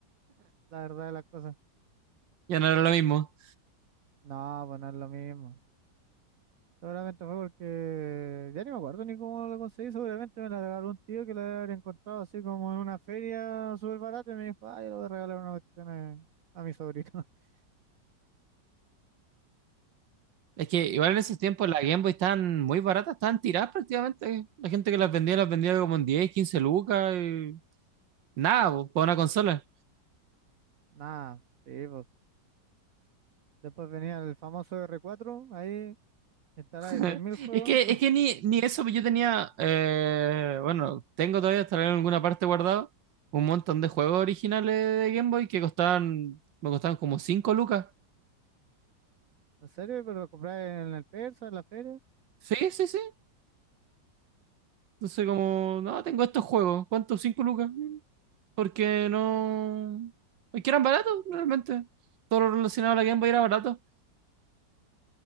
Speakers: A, on the right; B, on the right.
A: la verdad de las cosas.
B: Ya no era lo mismo.
A: No, pues no es lo mismo. Seguramente fue porque ya ni me acuerdo ni cómo lo conseguí. Seguramente me la regaló un tío que la había encontrado así como en una feria súper barata y me dijo, ah, yo le voy a regalar una cuestión a, a mi sobrino. <laughs>
B: Es que igual
A: En-
B: en esos tiempos las Game Boy estaban muy baratas, estaban tiradas prácticamente. La gente que las vendía las vendía como en 10, 15 lucas y nada, pues, para una consola.
A: Nada, sí, pues. Después venía el famoso r cuatro ahí instalaba
B: <laughs>
A: mil juegos.
B: Es que, es que ni, ni eso, pues yo tenía, eh, bueno, tengo todavía, estará en alguna parte guardado, un montón de juegos originales de Game Boy que costaban, me costaban como 5 lucas.
A: <laughs> ¿En serio? Pero lo compré en el Persa, en la feria.
B: Sí, sí, sí. Entonces como, no, tengo estos juegos, ¿cuántos? cinco lucas. Mm, Porque no... Es que eran baratos, realmente. Todo lo relacionado a la Game Boy era barato.